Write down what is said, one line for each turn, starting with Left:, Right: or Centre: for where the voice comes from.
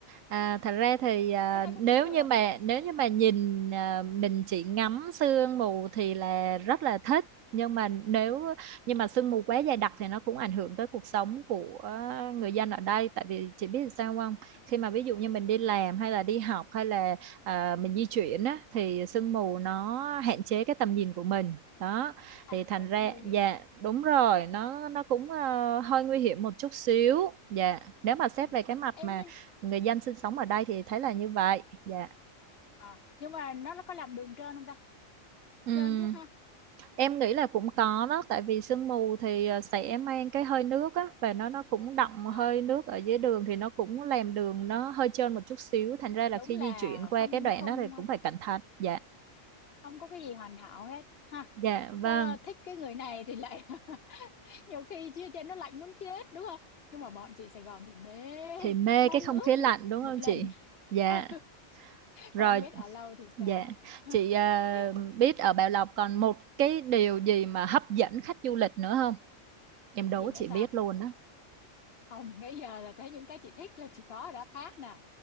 Right: À, thật ra thì à,
Left: thấy thấy cũng
Right: nếu
Left: bình thường
Right: như mà nếu như mà nhìn à, mình chỉ ngắm sương mù thì là rất là thích nhưng mà nếu nhưng mà sương mù quá dày đặc thì nó cũng ảnh hưởng tới cuộc sống của người dân ở đây tại vì chị biết sao không khi mà ví dụ như mình đi làm hay là đi học hay là à, mình di chuyển á, thì sương mù nó hạn chế cái tầm nhìn của mình đó
Left: à
Right: thì thành
Left: vậy
Right: ra
Left: cũng nguy hiểm
Right: dạ
Left: hả
Right: đúng rồi nó nó cũng ờ, hơi nguy hiểm một chút xíu dạ nếu mà xét
Left: Ừ.
Right: về cái mặt
Left: em
Right: mà
Left: nên
Right: người dân sinh sống ở đây thì thấy là như vậy dạ
Left: à nhưng mà nó có làm đường trơn không ta
Right: Ừ.
Left: trơn chứ ha
Right: em nghĩ là cũng có đó tại vì sương mù thì ờ, sẽ mang cái hơi nước á và nó nó cũng đọng hơi
Left: à
Right: nước ở dưới đường thì nó cũng làm đường nó hơi trơn một chút xíu thành ra là
Left: đúng
Right: khi
Left: là
Right: di chuyển qua
Left: không
Right: cái đoạn
Left: không
Right: đó thì cũng phải cẩn thận dạ
Left: không có cái gì hoàn hảo hết ha
Right: dạ vâng
Left: có thích cái người này thì lại <laughs> nhiều khi chia trên nó lạnh muốn chết đúng không nhưng mà bọn chị Sài Gòn thì mê
Right: thì mê
Left: mong
Right: cái không
Left: ước
Right: khí lạnh
Left: được
Right: đúng
Left: một
Right: không
Left: lần
Right: chị
Left: <laughs>
Right: dạ
Left: ừ.
Right: rồi
Left: còn không biết ở lâu thì
Right: dạ
Left: sao
Right: chị ờ,
Left: <laughs>
Right: biết ở Bảo Lộc còn một cái điều gì mà hấp dẫn khách du lịch nữa không em đố
Left: gì nữa
Right: chị biết
Left: ta
Right: luôn đó
Left: không bây giờ là tới những cái chị thích là chị có đã thác nè